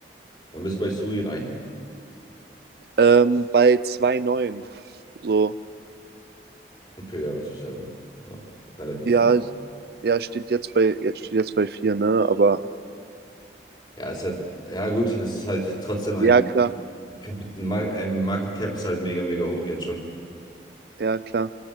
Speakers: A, on the left; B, on the right.
A: wann bist du bei Sui rein?
B: Ähm, bei zwei neun So,
A: Okay, ja, das ist ja noch, noch relativ
B: ja,
A: in Ordnung.
B: ja, steht jetzt bei, jetzt steht jetzt bei vier ne? Aber
A: Ja, ist ja, ja gut, es ist halt trotzdem ein,
B: ja, klar,
A: Mar- ein Market Cap ist halt mega, mega hoch jetzt schon.
B: ja, klar.